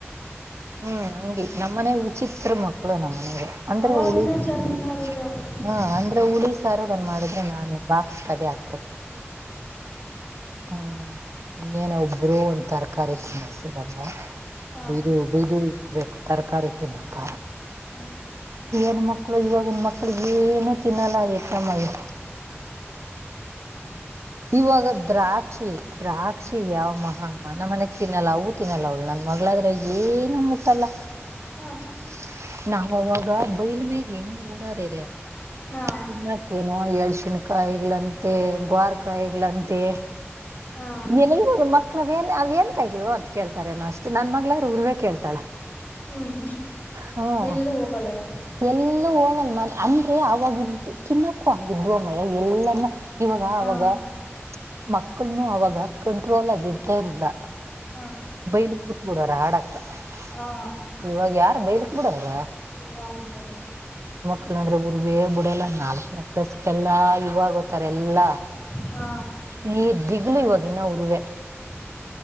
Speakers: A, on the right (about 85°); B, on the left (about 35°).
A: ಹ್ಮ್ ಹಂಗಿ ನಮ್ಮ ಮನೆಗ್ ವಿಚಿತ್ರ ಮಕ್ಳು ನಮ್ಮ್ ಮನೆಗೆ ಅಂದ್ರೆ
B: ಅವಾಗಿಂದ
A: ಉಳಿ
B: ಚೆನ್ನಾಗಿ
A: <unintelligible>
B: ರೂಢಿ ಆಗೋಗೈತಲ್ಲ
A: ಹ ಅಂದ್ರೆ ಉಳಿ ಸಾರೋಗನ್ ಮಾಡಿದ್ರೆ ನಾನು ಬಾಕ್ಸ್ ಕಡೆ ಹಾಕೊಟ್ಟತಿನೀ ಹ್ಮ ಇನ್ನೇನ ಒಬ್ರು ಒಂದ ತರಕಾರಿ ಚ ಮಾಡಸರಲ್ಲ
B: ಹಾ
A: ಬಯ್ದ ಬಯ್ದು ಇಕ್ಬೇಕು ತರಕಾರಿ ತಿನ್ನಕ್ಕ.
B: ಹ್ಮ್
A: ನ್ ಮಕ್ಳು ಇವಾಗನ್ ಮಕ್ಳ ಏನು ತಿನ್ನಲ್ಲಯತ್ತ ಮಯ <inaudible> ಇವಾಗ ದ್ರಾಕ್ಷಿ ದ್ರಾಕ್ಷಿ ಯಾವ್ ಮಹಾ ಮನ ಮನೆಗ್ ತಿನ್ನಲ್ಲ ಅವು ತಿನ್ನಲ್ಲ ಅವಳಂತ ಮಗಳಾದ್ರ ಏನು ಮುಟ್ಟಲ್ಲ <unintelligible>
B: ಹಾ
A: ನಾವ್ ಅವಾಗ ಬೈಲ್ ಮೇಗ್ ಹೆಂಗ್ ಓಡಾರರೆ
B: ಹಾ
A: ತಿನ್ನಕ್ಕ ನೋ ಎಏಳ್ ಶಿನ್ಕಾಯಾಯಗ್ಲಂತೆ ಗ್ವಾರಕ್ ಕಾಯಿಗಳಂತೆ
B: ಹಾ
A: ಏನ ಇವರು ಮಕ್ಳವೇನ್ ಅವ ಏನ್ ಕಾಯ ಅಂತ ಕೇಳ್ತಾರೇನೋ ಅಷ್ಟೆ ನನ್ ಮಗಳಾದ್ರ ರ್ವೇ ಕೇಳ್ತಾಳ.
B: ಹ್ಮ್
A: ಹ್ಮ
B: ಎಲ್ಲೂ ಹೋಗಲ್ಲ ನಾವು
A: ಎಲ್ಲೂ ಅಂದ್ರೆ ಆವಾಗಿಂತ ತಿನ್ನಕ್ಕು ಹಂಗಿದ್ವ ಮಯ ಎಲ್ಲನ್ನ ಇವಗ
B: ಹಾ
A: ಅವಗ ಮಕ್ಳುನ್ನು ಅವಾಗ ಕಂಟ್ರೋಲ್ ಆಗಿ ಇರ್ತಾ ಇರ್ಲಿಲ್ಲ.
B: ಹಾ
A: ಬೈಲಿಕ್ ಬಟ್ ಬಿಡೋರ್ ಹಾಡಕ್ಕ <unintelligible>
B: ಹಾ
A: ಇವಾಗ ಯಾರ ಬೈಲಿಕ್ ಬಿಡೋವ್ರ
B: ಯಾರು ಬಿಡಾಲತ
A: ಲ್ಲಂದ್ರೆ ಉರ್ವೇ ಬುಡಲ್ಲ ನಾಲ್ಕ ನ ಪ್ಲಸ್ ಎಲ್ಲಾ ಇವಾಗೋತಾರ ಎಲ್ಲ
B: ಹಾ
A: ನೀ ದಿಗ್ಲು ಇವಾಗಿನ ಉರವೆ